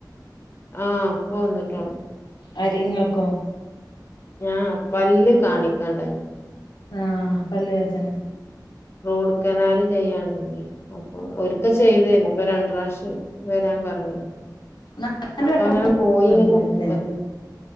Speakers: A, on the left; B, on the left.
A: ആഹ പോന്നിട്ട്
B: ആഹ അര ഇങ്ങാക്കോ
A: ഞാ പല്ല് കാണിക്കണ്ടായിരുന്നു
B: ആഹ പല്ലവേ ദനെ
A: റൂട്ട് കനാല് ചെയ്യാണ്ടി അപ്പൊ ഒക്ക ചെയ്തേന്ന അപ്പൊ രണ്ട വശ്യം വരാൻ പറഞ്ഞു
B: നാല്
A: അപ്പൊ
B: വട്ടം
A: അങ്ങനെ പോയി
B: തോന്നുണല്ലേ
A: ഇങ്ങനെ വന്നു